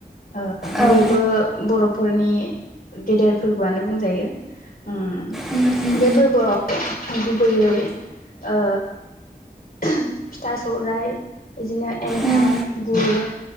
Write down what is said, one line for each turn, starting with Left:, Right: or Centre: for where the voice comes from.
Left: ओ
Centre: औ
Left: बेबो बर'फोरनि गेदेर फोरबोआनो बुंजायो ओम
Centre: उम उम
Left: बे फोरबोआव गुबैयै ओ फिथा सौराइ बिदिनो एन्थाब
Centre: उम
Left: गुर